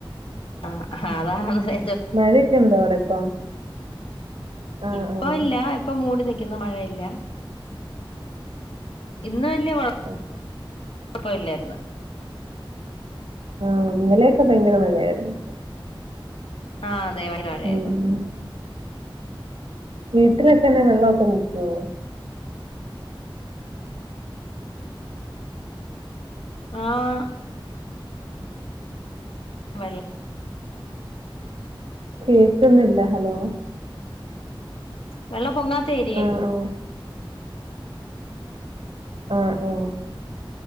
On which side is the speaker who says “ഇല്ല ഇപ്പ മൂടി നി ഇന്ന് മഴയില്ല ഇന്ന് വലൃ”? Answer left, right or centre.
Left